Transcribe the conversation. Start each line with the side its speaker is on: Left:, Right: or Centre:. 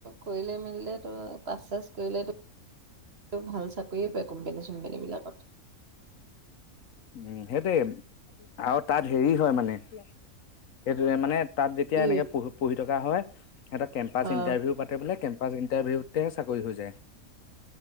Right: কৰিলে মেলিলে তো পাচেছ কৰিলেটো তেওঁ ভাল চাকৰিয়ে পায় কোম্পানী চোম্পানী বিলাকত
Left: উম সেইটোৱেই আৰু তাত হেৰি হয় মানে সেইটোৱে মানে তাত যেতিয়া
Right: কি
Left: এনেকে পঢ পঢ়ি থকা হয় সিহত কেম্পচ
Right: অ',
Left: ইণ্টাৰভিউ পাতে বোলে কেম্প ফাষ্ট ইন্টাৰভিউতেহে চাকৰি হৈ যায়।